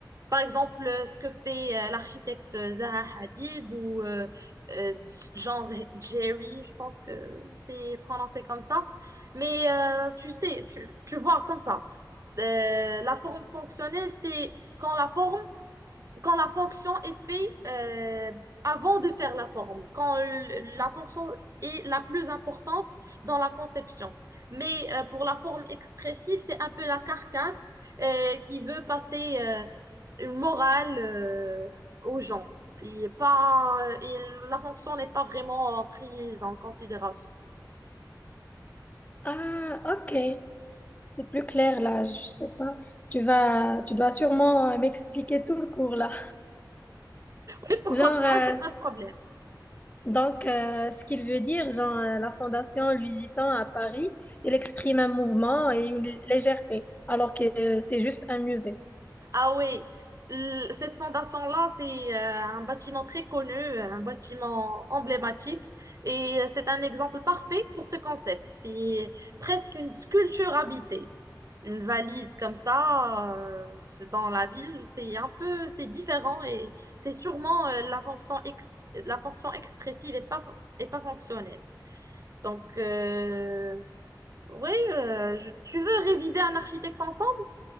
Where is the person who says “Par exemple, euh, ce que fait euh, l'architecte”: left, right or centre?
Right